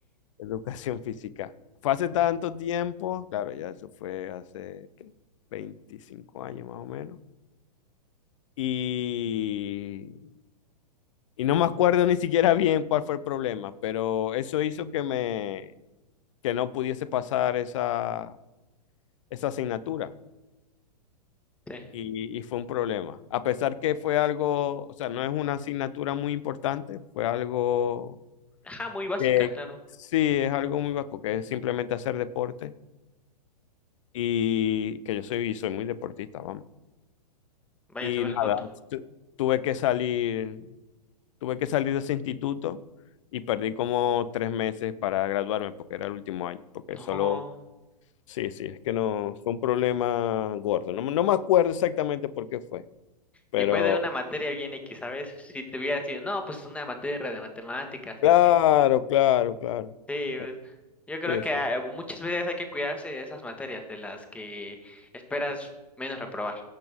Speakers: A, on the left; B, in the centre.
A: Educación <laughs> física. Fue hace tanto tiempo, claro, ya eso fue hace ¿qué? 25 años más o menos. Y, y no me acuerdo ni siquiera bien cuál fue el problema, pero eso hizo que me que no pudiese pasar esa, esa asignatura.
B: Sí.
A: Y, y fue un problema. A pesar que fue algo, o sea, no es una asignatura muy importante, fue algo
B: Ajá, muy básica,
A: que
B: claro.
A: sí es algo muy básico, que es simplemente hacer deporte y que yo soy, soy muy deportista, vamos.
B: Vaya,
A: Y
B: se ve en
A: nada,
B: la foto.
A: tu- tuve que salir, tuve que salir de ese instituto y perdí como tres meses para graduarme porque era el último año, porque
B: <laughs> No.
A: solo, sí, sí, es que no, fue un problema gordo. No, me- no me acuerdo exactamente por qué fue, pero
B: Y fue de una materia bien X, ¿sabes? Si te hubiera dicho, no, pues una materia de matemáticas,
A: claro,
B: así.
A: claro, claro.
B: Sí, pues,
A: Eh,
B: yo creo
A: Sí,
B: que
A: sí.
B: ah, muchas veces hay que cuidarse de esas materias de las que esperas menos reprobar.